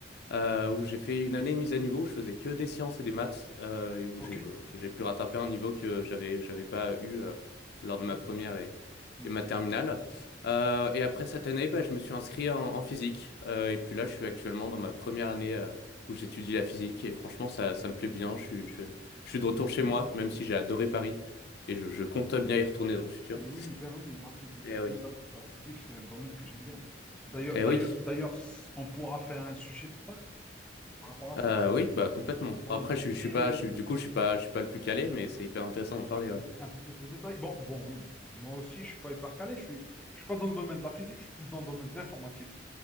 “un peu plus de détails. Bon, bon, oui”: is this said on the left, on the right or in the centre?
Centre